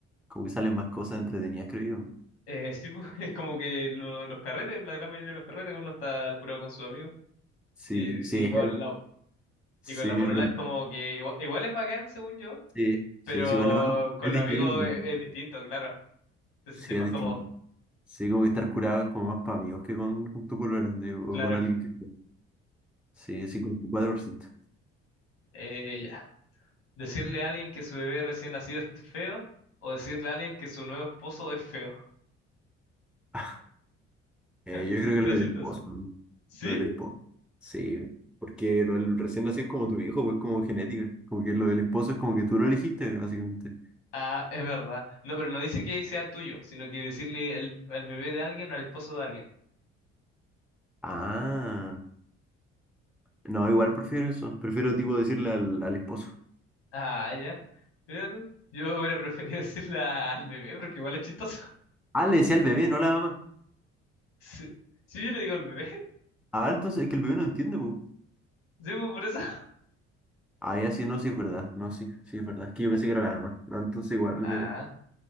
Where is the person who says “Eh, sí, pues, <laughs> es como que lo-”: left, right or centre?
Left